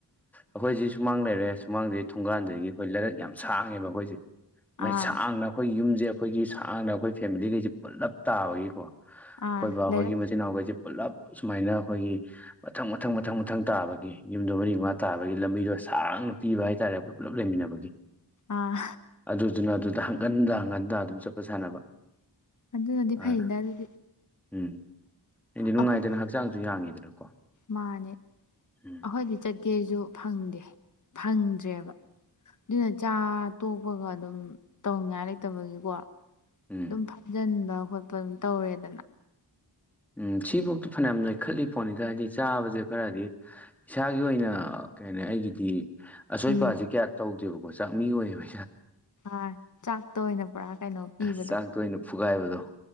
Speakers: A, in the centre; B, on the left.
A: ꯑꯩꯈꯣꯏꯁꯤ ꯁꯨꯃꯥꯡ ꯂꯩꯔꯦ ꯁꯨꯃꯥꯡꯗꯩ ꯊꯣꯡꯒꯥꯟꯗꯒꯤ ꯑꯩꯈꯣꯏ ꯂꯩꯔꯛ ꯌꯥꯝ ꯁꯥꯡꯉꯦꯕ ꯑꯩꯈꯣꯏꯁꯦ ꯃ
B: ꯑꯥ
A: ꯁꯥꯡꯅ ꯑꯩꯈꯣꯏ ꯌꯨꯝꯁꯦ ꯑꯩꯈꯣꯏꯒꯤ ꯁꯥꯡꯅ ꯑꯩꯈꯣꯏ ꯐꯦꯃꯤꯂꯤꯈꯩꯁꯦ ꯄꯨꯂꯞ ꯇꯥꯕꯒꯤꯀꯣ ꯑꯩꯈꯣꯏ
B: ꯑꯥ
A: ꯕꯥ ꯑꯩꯈꯣꯏꯒꯤ
B: ꯂꯩꯔꯛ
A: ꯃꯆꯤꯟ ꯏꯅꯥꯎꯈꯩꯁꯦ ꯄꯨꯂꯞ ꯁꯨꯃꯥꯏꯅ ꯑꯩꯈꯣꯏꯒꯤ ꯃꯊꯪ ꯃꯊꯪ ꯃꯊꯪ ꯃꯊꯪ ꯇꯥꯕꯒꯤ ꯌꯨꯝꯗꯣ ꯃꯔꯤ ꯃꯉꯥ ꯇꯥꯕꯒꯤ ꯂꯝꯕꯤꯗꯣ ꯁꯥꯡꯅ ꯄꯤꯕ ꯍꯥꯏꯇꯥꯔꯦ ꯑꯩꯈꯣꯏ ꯄꯨꯜꯂꯞ ꯂꯩꯃꯤꯟꯅꯕꯒꯤ
B: ꯑꯥ
A: ꯑꯗꯨꯗꯨꯅ ꯑꯗꯨꯗ ꯍꯪꯒꯟꯗ ꯍꯪꯒꯟꯗ ꯑꯗꯨꯝ ꯆꯠꯄ ꯁꯥꯟꯅꯕ
B: ꯑꯗꯨꯅꯗꯤ
A: ꯑꯗꯨꯅ
B: ꯐꯩꯗ ꯑꯗꯨꯗꯤ
A: ꯎꯝ ꯑꯩꯗꯤ ꯅꯨꯡꯉꯥꯏꯇꯅ
B: ꯑꯩꯈꯣꯏꯗꯤ
A: ꯍꯛꯆꯥꯡꯁꯨ ꯌꯥꯡꯉꯤꯗꯅꯀꯣ
B: ꯃꯥꯅꯦ ꯑꯩꯈꯣꯏꯗꯤ
A: ꯎꯝ
B: ꯆꯠꯀꯦꯁꯨ ꯐꯪꯗꯦ ꯐꯪꯗ꯭ꯔꯦꯕ ꯑꯗꯨꯅ ꯆꯥ ꯇꯣꯛꯄꯒ ꯑꯗꯨꯝ ꯇꯧꯅꯤꯡꯉꯥꯏ ꯂꯩꯇꯕꯒꯤꯀꯣ
A: ꯎꯝ
B: ꯑꯗꯨꯝ ꯐꯥꯝꯖꯤꯟꯕ ꯈꯣꯠꯄ ꯑꯗꯨꯝ ꯇꯧꯔꯦꯗꯅ
A: ꯎꯝ ꯁꯤꯐꯧꯇ ꯐꯅꯌꯥꯝ ꯅꯣꯏꯈꯠꯂꯤ ꯄꯣꯠꯅꯤꯗ ꯍꯥꯏꯗꯤ ꯆꯥꯕꯁꯦ ꯈꯔꯗꯤ ꯏꯁꯥꯒꯤ ꯑꯣꯏꯅ ꯀꯩ ꯍꯥꯏꯅꯤ ꯑꯩꯒꯤꯗꯤ ꯑꯁꯣꯏꯄꯥꯁꯤ
B: ꯎꯝ
A: ꯀꯌꯥ ꯇꯧꯗꯦꯕꯀꯣ ꯆꯥꯛ ꯃꯤ ꯑꯣꯏꯌꯦꯕ
B: ꯑ ꯆꯥꯛꯇ ꯑꯣꯏꯅ ꯄꯨꯔꯥ ꯀꯩꯅꯣ ꯄꯤꯕꯗꯣ
A: ꯆꯥꯛꯇ ꯑꯣꯏꯅ ꯐꯨꯒꯥꯏꯕꯗꯣ